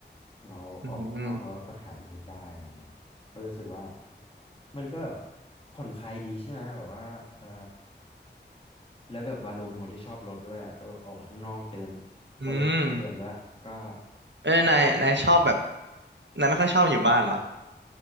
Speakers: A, on the left; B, on the right.
A: เราออกไปข้างนอกแล้วก็ถ่ายรูปได้อะไรเงี้ยก็รู้สึกว่า
B: อืม
A: มันก็แบบผ่อนคลายดีใช่ไหมแบบว่าเออ แล้วแบบวาโลเป็นคนที่ชอบรถด้วยอ่ะก็ออกไปข้างนอกเดิน
B: อืม
A: วาโลชอบเดินด้วยก็
B: เอ้ยนายนายชอบแบบ
A: เดินตามถนนอะไหม
B: นายไม่ค่อยชอบอยู่บ้านเหรอ